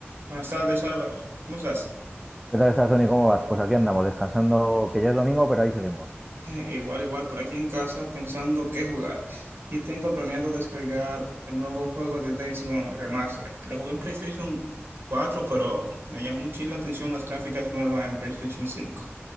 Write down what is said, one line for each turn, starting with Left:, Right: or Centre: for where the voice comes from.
Right: Buenas tardes, Álvaro. ¿Cómo estás? <laughs>
Centre: ¿Qué tal estás, Tony? ¿Cómo vas? Pues aquí andamos, descansando, que ya es domingo, pero ahí seguimos.
Right: Eh, Igual, igual, por aquí en casa pensando qué jugar. Y tengo planeado descargar el nuevo juego de Days Gone Remaster. Lo jugué en PlayStation 4, pero me llamó mucho la atención las gráficas nuevas en PlayStation 5.